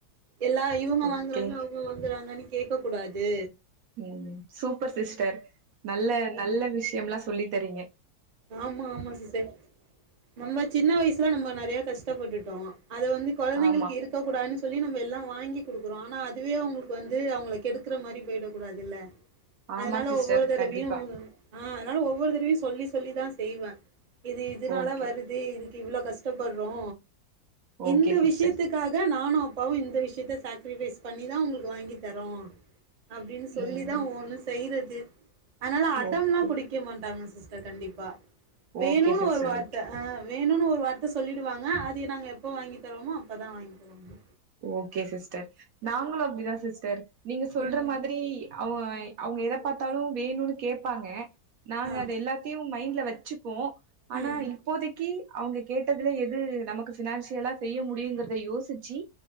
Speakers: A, on the right; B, on the right.
A: எல்லா இவுங்க
B: ஓகே
A: வாங்குறாங்க அவுங்க வாங்குறாங்கனு கேக்க கூடாது
B: ம் சூப்பர் சிஸ்டர் நல்ல நல்ல விஷயம்லா சொல்லி தறீங்க
A: ஆமா ஆமா சிஸ்டர் நம்ம சின்ன வயசுல நம்ம நறையா கஷ்டப்பட்டுட்டோ அத வந்து கொழந்தைங்குளுக்கு
B: ஆமா
A: இருக்க கூடாதுனு சொல்லி நம்ம எல்லா வாங்கிக் குடுக்குறோ ஆனா அதுவே அவுங்குளுக்கு வந்து அவுங்கள கெடுக்குற மாரி போயிட கூடாது இல்ல
B: ஆமா
A: அதனால
B: சிஸ்டர்
A: ஒவ்வோரு தடவயையு
B: கண்டிப்பா
A: ஆ அதனால ஒவ்வொரு தடவயு சொல்லி சொல்லிதா செய்வ இது இதனால
B: ஓகே
A: வருது இதுக்கு இவ்வளோ கஷ்டப்படுறோ
B: ஓகே
A: இந்த
B: சிஸ்டர்
A: விஷயத்துக்காக நானோ அப்பாவு இந்த விஷயத்த சாக்கரிஃபைஸ் பண்ணிதா உங்குளுக்கு வாங்கி தரோ அப்டினு சொல்லிதா
B: ம்
A: ஒவ்வோணோ செய்றது அத்னால அடம்லா
B: ஓகே
A: பிடிக்க மாட்டாங்க சிஸ்டர் கண்டிப்பா வேணோனு
B: ஓகே சிஸ்டர்
A: ஒரு வார்த்த
B: ஓகே
A: ஆ வேணோனு ஒரு ஒரு வார்த்த சொல்லிடுவாங்க அத நாங்க எப்போ வாங்கி தருவோமோ அப்பதா வாங்கி தருவாங்க
B: ஓகே சிஸ்டர் நாங்களோ அப்படிதா சிஸ்டர் நீங்க சொல்ற
A: ம்
B: மாதிரி அவ அவுங்க எத பாத்தாலோ வேணும்னு கேப்பாங்க நாங்க
A: ஆ
B: அத எல்லாத்தையு மைண்ட்ல வச்சுப்போ ஆனா
A: ம்
B: இப்போதைக்கி அவுங்க கேட்டதுல எது எது நமக்கு ஃபினான்சியலா செய்ய முடியும்ங்குறத யோசிச்சு